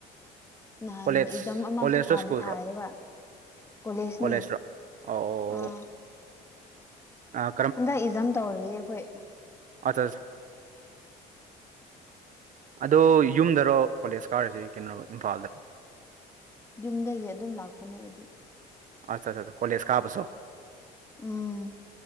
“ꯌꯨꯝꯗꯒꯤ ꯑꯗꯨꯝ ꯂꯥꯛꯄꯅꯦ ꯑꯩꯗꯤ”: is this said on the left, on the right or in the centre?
Left